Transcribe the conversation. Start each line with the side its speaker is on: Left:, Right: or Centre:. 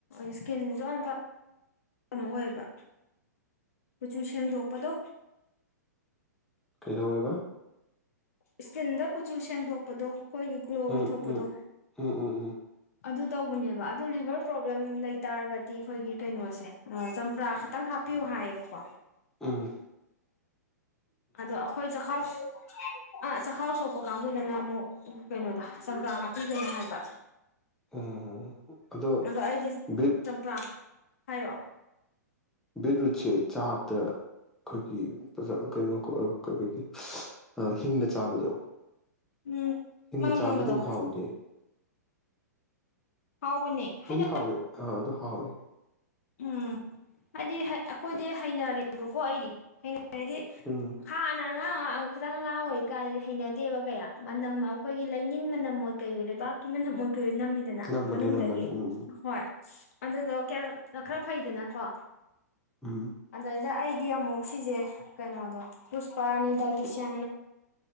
Left: ꯏꯁꯀꯤꯟꯁꯨ ꯌꯥꯝ ꯐ ꯀꯩꯅꯣ ꯑꯣꯏꯕ ꯀꯨꯆꯨ ꯁꯦꯡꯗꯣꯛꯄꯗꯣ
Centre: ꯀꯩꯗꯧꯋꯦꯕ
Left: ꯏꯁꯇꯤꯟꯗ ꯀꯨꯆꯨ ꯁꯦꯡꯗꯣꯛꯄꯗꯣ ꯑꯩꯈꯣꯏꯒꯤ ꯒ꯭ꯂꯣ ꯑꯣꯏꯊꯣꯛꯄꯗꯣ
Centre: ꯎꯝ ꯎꯝ ꯎꯝ ꯎꯝ
Left: ꯑꯗꯨ ꯇꯧꯕꯅꯦꯕ ꯑꯗꯨ ꯂꯤꯚꯔ ꯄ꯭ꯔꯣꯕ꯭ꯂꯦꯝ ꯂꯩꯇꯥꯔꯒꯗꯤ ꯑꯩꯈꯣꯏꯒꯤ ꯀꯩꯅꯣꯁꯦ ꯆꯝꯄ꯭ꯔꯥ ꯈꯛꯇꯪ ꯍꯥꯞꯄꯤꯌꯨ ꯍꯥꯏꯌꯦꯕꯀꯣ
Centre: ꯑꯥ
Left: ꯑꯗꯣ ꯑꯩꯈꯣꯏ ꯆꯥꯎ ꯑ ꯆꯥꯎ ꯁꯣꯛꯄ ꯀꯥꯡꯕꯨꯗꯅ ꯑꯃꯨꯛ ꯀꯩꯅꯣꯗ ꯆꯝꯄ꯭ꯔꯥ ꯍꯥꯞꯄꯤꯒꯅ ꯍꯥꯏꯕ
Centre: ꯎ ꯑꯗ
Left: ꯑꯗꯣ ꯑꯩꯗꯤ
Centre: ꯃꯤ
Left: ꯆꯝꯄ꯭ꯔꯥ ꯍꯥꯏꯔꯣ
Centre: ꯕꯤꯠꯔꯨꯠꯁꯦ ꯆꯥꯕꯗ ꯑꯩꯈꯣꯏꯒꯤ ꯀꯩꯅꯣ ꯍꯤꯡꯅ ꯆꯥꯕꯗꯣ
Left: ꯎꯝ
Centre: ꯍꯤꯡꯅ
Left: ꯃꯅꯝ
Centre: ꯆꯥꯕꯗꯣ
Left: ꯅꯝꯕꯗꯣ
Centre: ꯑꯗꯨꯝ ꯍꯥꯎꯋꯤꯅꯦ
Left: ꯍꯥꯎꯕꯅꯦ ꯍꯥꯏꯅ
Centre: ꯑꯩꯗꯤ ꯍꯥꯎꯋꯦ ꯑꯥ ꯑꯗꯨ ꯍꯥꯎꯋꯦ
Left: ꯎꯝ ꯍꯥꯏꯗꯤ ꯑꯩꯈꯣꯏꯗꯤ ꯍꯩꯅꯔꯦꯕꯀꯣ ꯑꯩꯗꯤ ꯍꯥꯏꯗꯤ
Centre: ꯎꯝ
Left: ꯍꯥꯉ ꯑ ꯈꯤꯇꯪ ꯑꯉꯥꯡ ꯑꯣꯏꯔꯤꯀꯥꯟꯗꯗꯤ ꯍꯩꯅꯗꯦꯕ ꯀꯌꯥ ꯃꯅꯝ ꯑꯩꯈꯣꯏꯒꯤ ꯂꯩꯅꯤꯡꯟ ꯃꯅꯝ ꯑꯣꯏ ꯀꯔꯤꯣ ꯂꯩꯕꯥꯛꯀꯤ ꯃꯅꯝ ꯑꯣꯏ ꯀꯔꯤꯣ ꯅꯝꯃꯤ
Centre: ꯅꯝꯕꯅꯦ
Left: ꯃꯅꯨꯡꯗꯒꯤ
Centre: ꯅꯝꯕꯅꯦ ꯎꯝ
Left: ꯍꯣꯏ ꯑꯗꯨꯗ ꯀ ꯅ ꯈꯔ ꯐꯩꯗꯅꯀꯣ
Centre: ꯎꯝ
Left: ꯑꯗꯗ ꯑꯩ ꯗꯤ ꯑꯃꯨꯛ ꯁꯤꯁꯦ ꯀꯩꯅꯣꯗꯣ ꯂꯨꯁꯄꯔꯥꯅꯤ ꯗꯥꯏꯇꯁꯤꯌꯥꯟ